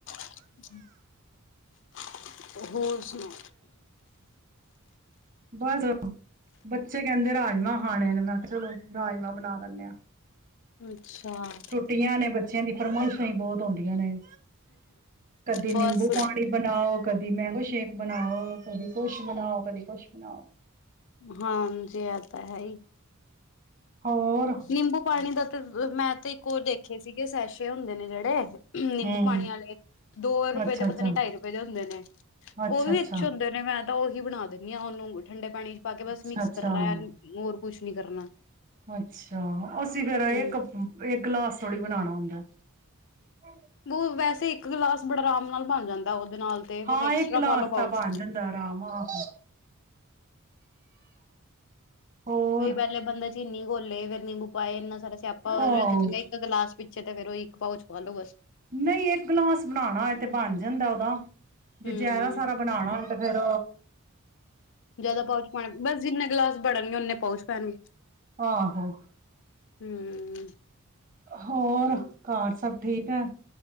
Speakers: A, on the left; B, on the right.
A: <unintelligible> ਹੋਰ ਸੁਣਾਓ?
B: ਬਸ ਬੱਚੇ ਕਹਿੰਦੇ, ਰਾਜਮਾਂ ਖਾਣੇ ਨੇ ਮੈਂ ਕਿਹਾ, ਚਲੋ ਰਾਜਮਾਂ ਬਣਾ ਦਿੰਦੇ ਆ।
A: ਅੱਛਾ
B: ਛੁੱਟੀਆਂ ਨੇ ਬੱਚਿਆਂ ਦੀ ਫਰ <unintelligible> ਪਈਆਂ ਨੇ ਕਦੀ ਨਿੰਬੂ
A: ਬਸ
B: ਪਾਣੀ ਬਣਾਓ, ਕਦੀ ਮੈਂਗੋ ਸ਼ੇਕ। ਬਣਾਓ, ਕਦੀ ਕੁਛ ਬਣਾਓ, ਕਦੀ ਕੁਛ ਬਣਾਓ।
A: ਹਾਂਜੀੇ, ਐਤਾਂ ਹੈ ਹੀ।
B: ਹੋਰ
A: ਨਿੰਬੂ ਪਾਣੀ ਦਾ ਤਾਂ ਮੈਂ ਤੇ ਇੱਕ ਔ ਦੇਖੇ ਸੀ ਇਹ, ਸੈਸ਼ੇ ਹੁੰਦੇ ਨੇ ਜਿਹੜੇ। ਨਿੰਬੂ
B: ਹੂੰ
A: ਪਾਣੀ ਵਾਲੇ ਦੋ ਰੁਪਏ
B: ਅੱਛਾ
A: ਦੇ
B: ਅੱਛਾ
A: ਪਤਾ ਨੀ ਢਾਈ ਰੁਪਏ ਦੇ ਹੁੰਦੇ ਨੇ
B: ਅੱਛਾ
A: ਉਹ ਵੀ
B: ਅੱਛਾ
A: ਅੱਛੇ ਹੁੰਦੇ ਨੇ। ਤਾਂ ਉਹੀ ਬਣਾ ਦਿੰਦੀ ਹਾਂ ਉਹਨੂੰ ਠੰਡੇ ਪਾਣੀ ਪਾਣੀ ਚ ਪਾਕੇ ਬਸ
B: ਅੱਛਾ
A: ਮਿਕਸ
B: ਅੱਛਾ
A: ਕਰਨਾ ਹੈ ਹੋਰ, ਕੁਛ ਨਹੀ ਕਰਨਾ।
B: ਅੱਛਾ, ਅਸੀਂ ਫੇਰ ਇਕ
A: ਹੂੰ।
B: ਗਿਲਾਸ ਥੋੜੀ ਬਣਾਉਣਾ ਹੁੰਦਾ ਹੈ। <unintelligible>
A: ਬ ਵੈਸੇ <unintelligible> ਇੱਕ ਗਿਲਾਸ ਬੜਾ ਆਰਾਮ ਨਾਲ ਬਣ ਜਾਂਦਾ ਹੈ ਉਹਦੇ ਨਾਲ ਤੇ ਫਿਰ
B: ਹਾਂ
A: ਐਕਸਟਰਾ
B: ਇੱਕ ਗਲਾਸ
A: ਪਾਲੋ ਪਾਉਚ।
B: ਤਾਂ ਬਣ ਜਾਂਦਾ ਆਰਾਮ ਆਹੋ। ਹੋਰ
A: ਓਹੀ ਪਹਿਲੇ ਬੰਦਾ ਚੀਨੀ ਘੋਲੇ ਨਿੰਬੂ ਪਾਏ ਐਨਨਾ ਸਾਰਾ ਸਿਆਪਾ
B: ਆਹ
A: ਹੋ ਗਿਆ, ਚੰਗਾ ਇੱਕ ਗਿਲਾਸ ਪਿੱਛੇ ਤੇ ਫੇਰ ਉਹ ਇੱਕ ਪਾਊਚ ਪਾਲੋ ਬਸ।
B: ਨਹੀਂ ਇੱਕ ਗਿਲਾਸ ਬਣਾਉਣਾ ਏ ਤੇ ਬਣ ਜਾਂਦਾ ਉਹਦਾ। ਜੇ
A: ਹਮ
B: ਜ਼ਿਆਦਾ ਸਾਰਾ ਬਣਾਣਾ ਹੋਵੇ ਤੇ ਫੇਰ
A: ਜ਼ਿਆਦਾ ਪਾਊਚ ਪਾਉਣਾ, ਬਸ ਜਿੰਨੇ ਗਿਲਾਸ ਬਣਨਗੇ ਉਨੇ ਪਾਊਚ ਪੈਣਗੇ।
B: ਆਹੋ।
A: ਹੂੰ।
B: ਹੋਰ ਘਰ ਸਭ ਠੀਕ ਹੈ।